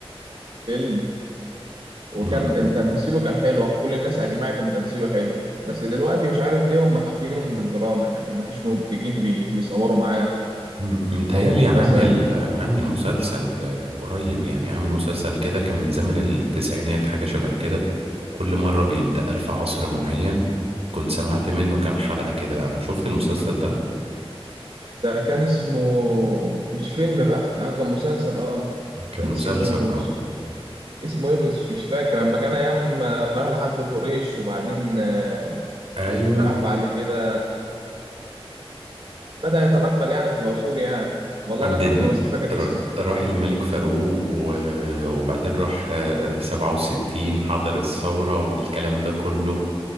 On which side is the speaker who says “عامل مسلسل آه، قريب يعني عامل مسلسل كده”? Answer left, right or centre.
Right